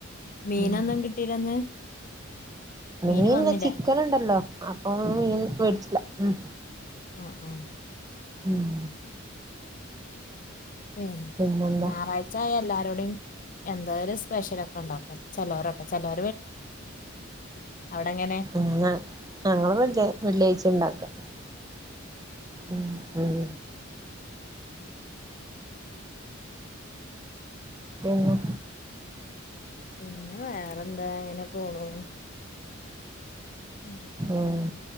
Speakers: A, on the left (about 40°); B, on the right (about 20°).
A: മീനൊന്നും
B: ഉം
A: കിട്ടീലന്ന് മീന്
B: മീനിന്
A: വന്നില്ലേ
B: ചിക്കൻ ഉണ്ടല്ലോ അപ്പൊ ഒന്ന് മീൻ മേടിച്ചിട്ടില്ല ഉം
A: ആഹ് ആഹ്
B: ഉം
A: പിന്നെ
B: പിന്നെന്താ
A: ഞായറാഴ്ച എല്ലാരോടെയും എന്തായാലും സ്പെഷ്യലൊക്കെ ഉണ്ടാവും ചെലോരോക്കെ ചെലോ അവിടെങ്ങനെ
B: ഞങ്ങ ഞങ്ങള് വെള്ളിയാ വെള്ളിയാഴ്ച ഉണ്ടാക്ക ഉം ഉം പിന്നെ
A: പിന്നെ വേറെ എന്താ ഇങ്ങനെ പോണു ഉം.
B: ഉം